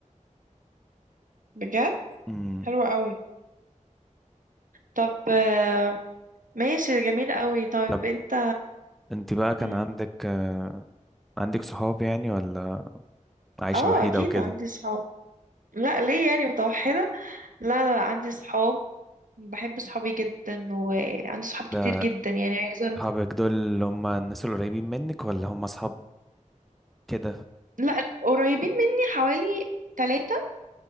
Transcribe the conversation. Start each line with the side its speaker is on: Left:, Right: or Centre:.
Right: بجد
Centre: امم
Right: حلوة قوي طب آه، ماشي جميل قوي طيب
Centre: طب
Right: انت
Centre: انت بقى كان
Right: مم.
Centre: عندك آه، عندك صحاب يعني ولا عايشه
Right: اه
Centre: وحيده
Right: اكيد
Centre: وكده
Right: عندي صحاب لا ليه يعني متوحدة لا لا لا، عندي صحاب بحب صحابي جدا وعندي صحاب كتير
Centre: ده
Right: جدا يعني عايزة
Centre: صحابك دول اللي هم الناس القريبين منك ولا هم اصحاب كده
Right: لا قريبين مني حوالي ثلاثة